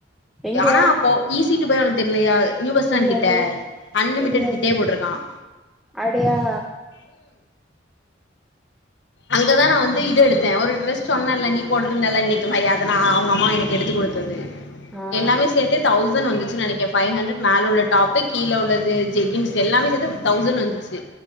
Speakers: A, in the centre; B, on the left (about 65°).
A: எங்க
B: ஆனா அப்போ ஈஸி டூ பை ஒனக்கு தெர்லையா நியூ பஸ்ஸ்டாண்
A: தெரியாது
B: கிட்ட அன்லிமிடட்
A: தெரியாது
B: கிட்டே போட்ருக்கான்
A: அப்டியா
B: அங்கதா நா வந்து இது எடுத்த ஒரு டிரெஸ் சொன்னல நீ போட்ருந்த இன்னைக்கு மாரி அத நான் அவ்ங்க அம்மா எனக்கு எடுத்து குடு த்தது
A: ஆ
B: எல்லாமே சேத்து தௌசண் வந்துச்சு நெனைக்கே ஃபை ஹண்ட்ரட் மேல உள்ள டாப்பு கீழ உள்ளது ஜெக்கின்ஸ் எல்லாமே சேத்து தௌசண் வந்துச்சு